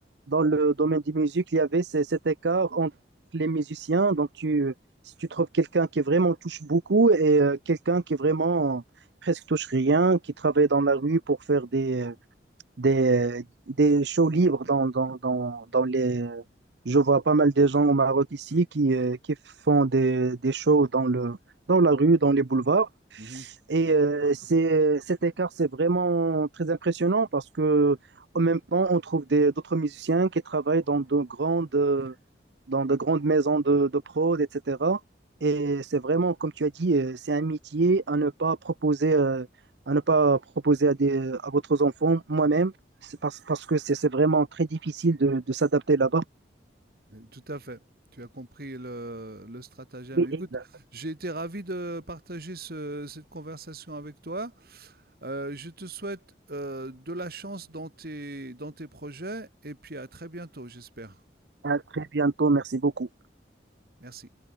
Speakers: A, on the right (about 70°); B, on the right (about 55°).
A: dans le domaine des musiques, il y avait ce- cet écart entre les musiciens. Donc tu, si tu trouves quelqu'un qui vraiment touche beaucoup et euh, quelqu'un qui vraiment presque touche rien, qui travaille dans la rue pour faire des des, des shows libres dans, dans, dans, dans les... Je vois pas mal de gens au Maroc ici qui, euh, qui font des, des shows dans le, dans la rue, dans les boulevards.
B: Mhm.
A: Et euh, c'est, cet écart, c'est vraiment très impressionnant parce que en même temps, on trouve des, d'autres musiciens qui travaillent dans de grandes dans de grandes maisons de, de prod, etc. Et c'est vraiment, comme tu as dit, euh, c'est un métier à ne pas proposer, euh, à ne pas proposer à des, à votre enfant, moi-même, c'est parce, parce que c'est c'est vraiment très difficile de, de s'adapter là-bas.
B: Tout à fait. Tu as compris le, le stratagème.
A: Oui,
B: Écoute,
A: exact.
B: j'ai été ravi de partager ce- cette conversation avec toi. Euh, je te souhaite euh, de la chance dans tes, dans tes projets et puis à très bientôt, j'espère.
A: À très bientôt. Merci beaucoup.
B: Merci.